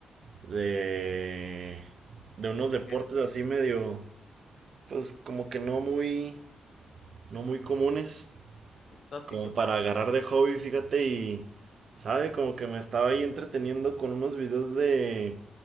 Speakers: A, on the right; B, on the left.
A: de... de unos
B: ¿De
A: deportes
B: qué eran?
A: así medio... pues como que no muy... no muy comunes.
B: ¿Exóticos
A: Como para
B: o cómo?
A: agarrar de hobby, fíjate, y... ¿Sabe? Como que me estaba ahí entreteniendo con unos videos de...